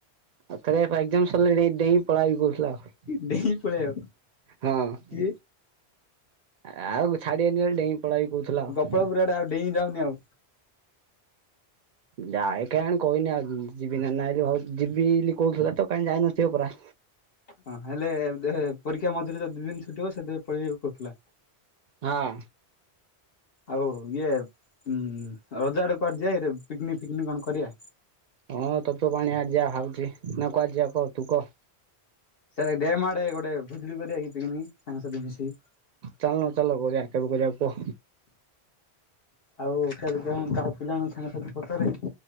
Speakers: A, on the right; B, on the left.
A: ଆଉ ଥରେ ଏଗ୍ଜାମ ସରିଲା ଡେଇଁ ପଳେଇବି କହୁଥିଲା ଆଉ।
B: ଡେଇଁ
A: <unintelligible>
B: ପଳେଇବ
A: ହଁ।
B: କି
A: ଆଉ ଛାଡିବିନି ବେଳେ ଡେଇଁ ପଳେଇବି କହୁଥିଲା ଆଉ।।
B: <unintelligible> ପୁରାଟା ଆଉ ଡେଇଁ ଯାଉନି ଆଉ।
A: ଯାଏ କାଁ କ କହିହନି ଆଉ ଯିବି ନା ନାଇଁ ଯିବି ବୋଲି କହୁଥିଲା ତ କାଁ ଯାଇନଥିବ ପୁରା।
B: ହଁ ହେଲେ ପରୀକ୍ଷା ମଝିରେ ଦି ଦିନ ଛୁଟିଥିବ ସେଥିବେଳେ ପଳେଇବି କହୁଥିଲା।
A: ହଁ।
B: ଆଉ ଇଏ ଉଁ ରଜା ଆଡେ କୁଆଡେ ଯାଇରେ ପିକନିକ ଫିକନିକ କଣ କରିବା।
A: ହଁ ତପ୍ତ ପାଣି ଆଜି ଆହୁତି ହଁ ନା କୁଆଡେଯିବା କହ ତୁ କହ।
B: ସାର ଡେଡ ଆଡେ ଗୋଟେ ଭୁଜିଟେ କରିବାକି ପିକିନିକି ସାଙ୍ଗସାଥି ମିଶିକି?
A: ଚାଲୁନ ଚାଲ କରିବା କେବେ କରିବାକୁ କୁହ।
B: ଆଉ <unintelligible> ପିଲାଙ୍କ ସାଙ୍ଗ ସାଥିଙ୍କୁ ପଚାରେ।